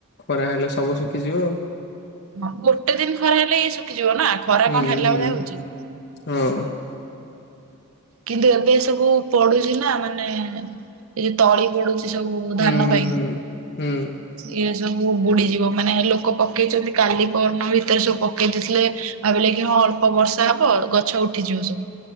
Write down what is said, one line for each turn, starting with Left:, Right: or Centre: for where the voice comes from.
Left: ଖରା ହେଲେ ସବୁ ଶିଖିଯିବ ଆଉ।
Right: ହଁ ଗୋଟେ ଦିନ ଖରା ହେଲେ ଏଇ ଶୁଖିଯିବ ନା ଖରା
Left: ହୁଁ
Right: କଣ ହେଲା
Left: ହୁଁ
Right: ଭଳିଆ ହଉଛି।
Left: ହଁ।
Right: କିନ୍ତୁ ଏବେ ସବୁ ପଡୁଛି ନା ମାନେ ଏ ତଳି ପଡୁଛି। ସେ ସବୁ
Left: ହୁଁ
Right: ଧାନ
Left: ହୁଁ
Right: ପାଇଁ।
Left: ହୁଁ।
Right: ଇଏ ସବୁ ବୁଡିଯିବ ମାନେ ଲୋକ ପକେଇଛନ୍ତି କାଲି ପହର ଦିନ ଭିତରେ ସବୁ ପକେଇ ଦେଇଥିଲେ। ଆ ବ ଲ କି ହଁ ଅଳ୍ପ ବର୍ଷା ହବ ଗଛ ଉଠିଯିବ ସବୁ